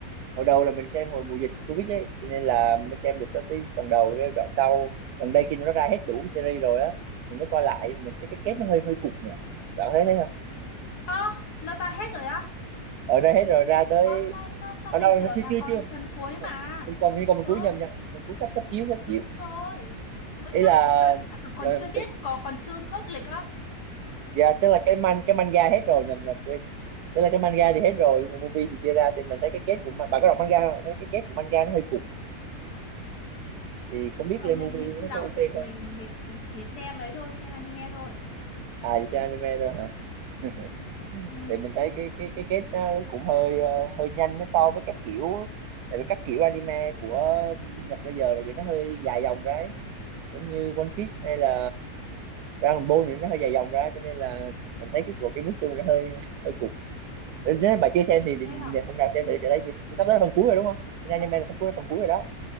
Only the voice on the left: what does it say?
ừ
ơ nó ra hết rồi á
ơ sao sao sao
mình
tưởng
là
còn
phần cuối mà
ừ
đúng
rồi mới
sắp
mà ừ, còn
chưa biết
có còn chưa chốt lịch á
ừ.
ờ,
mình
mình không
đọc
mình
mình chỉ xem ấy thôi xem anime thôi
ừ
thế hả
ừ